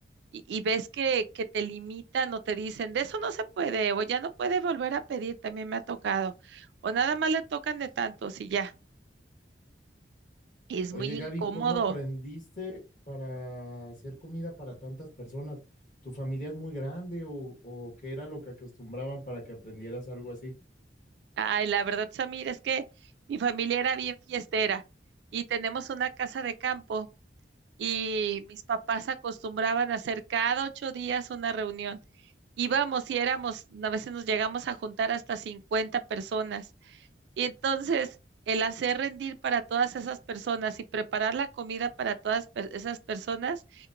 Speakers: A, on the right (about 70°); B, on the left (about 45°).
A: y, y ves que, que te limitan o te dicen, de eso no se puede, o ya no puede volver a pedir, también me ha tocado, o nada más le tocan de tantos y ya, y es
B: Oye,
A: muy incómodo.
B: Gaby, ¿cómo aprendiste para hacer comida para tantas personas? ¿Tu familia es muy grande o, o qué era lo que acostumbraban para que aprendieras algo así?
A: Ay, la verdad, Samir, es que mi familia era bien fiestera y tenemos una casa de campo y mis papás acostumbraban a hacer cada ocho días una reunión. Íbamos y éramos, a veces nos llegamos a juntar hasta 50 personas. Y entonces, el hacer rendir para todas esas personas y preparar la comida para todas per- esas personas,